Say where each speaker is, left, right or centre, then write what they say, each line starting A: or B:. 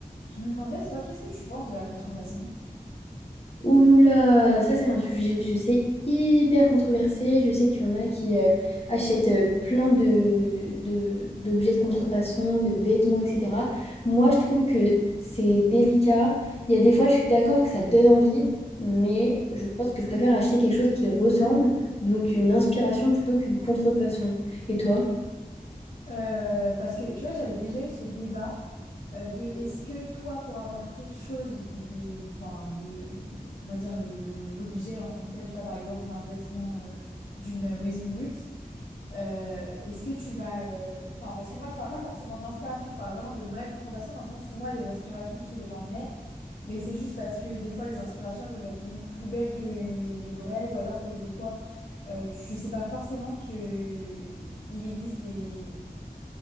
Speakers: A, on the left; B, on the left.
A: Je me demandais, toi, qu'est-ce que tu penses de la contrefaçon?
B: Ouh là, ça c'est un sujet, je sais, hyper controversé. Je sais qu'il y en a qui euh, achètent euh, plein de, de- d'objets de contrefaçon, de vêtements, etc. Moi, je trouve que c'est délicat. Il y a des fois, je suis d'accord que ça donne envie, mais je pense que je préfère acheter quelque chose qui ressemble, donc une inspiration plutôt qu'une contrefaçon. Et toi?
A: Euh, parce que tu vois, j'avais déjà eu ce débat euh, de est-ce que toi, pour avoir quelque chose de, enfin, de, on va dire le, le- l'objet en tant que tel, je sais pas, par exemple un vêtement euh, d'une maison de luxe, euh, est-ce que tu vas, euh, enfin, parce que moi, je parle pas forcément d'inspiration, je parle vraiment de vraies contrefaçons dans le sens où moi, des inspirations, je sais que j'en ai, mais c'est juste parce que des fois, les inspirations, elles peuvent être limite plus belles que le- les vraies, ou alors que des fois, euh, tu sais pas forcément que il existe des